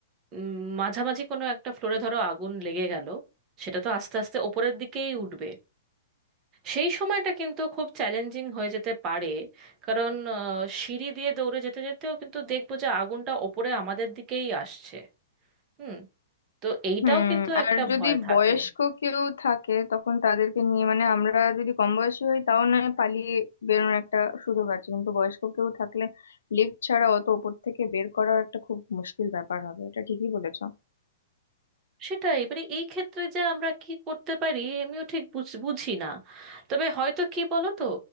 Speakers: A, on the right; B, on the left.
A: উম, মাঝামাঝি কোনো একটা ফ্লোরে ধরো আগুন লেগে গেল সেটা তো আস্তে আস্তে ওপরের দিকেই উঠবে সেই সময়টা কিন্তু খুব চ্যালেঞ্জিং হয়ে যেতে পারে কারণ আহ, সিঁড়ি দিয়ে দৌড়ে যেতে যেতেও কিন্তু দেখবো যে আগুনটা ওপরে আমাদের দিকেই আসছে হুম তো এইটাও
B: হুম
A: কিন্তু একটা
B: আর যদি
A: ভয় থাকে
B: বয়স্ক কেউ থাকে তখন তাদেরকে নিয়ে মানে আমরা যদি কম বয়সী হই তাও নয় পালিয়ে বেরোনোর একটা সুযোগ আছে কিন্তু বয়স্ক কেউ থাকলে লিফট ছাড়া অত ওপর থেকে বের করাও একটা খুব মুশকিল ব্যাপার হবে এটা ঠিকই বলেছো
A: সেটাই মানে এই ক্ষেত্রে যে আমরা কি করতে পারি আমিও ঠিক বুঝ- বুঝি না তবে হয়তো কি বলো তো